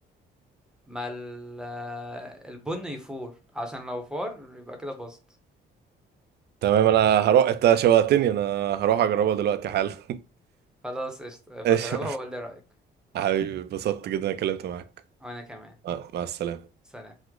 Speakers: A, in the centre; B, on the right (about 55°).
A: ما ال البن يفور عشان لو فار يبقى كده باظت
B: تمام انا هروح انت شوقتني انا هروح اجربها دلوقتي حالا <laughs>
A: خلاص قشطة يبقى
B: ايش
A: جربها وقول لي رأيك
B: حبيبي اتبسطت جدا إني اتكلمت معاك
A: وانا كمان
B: آه، مع السلامة
A: سلام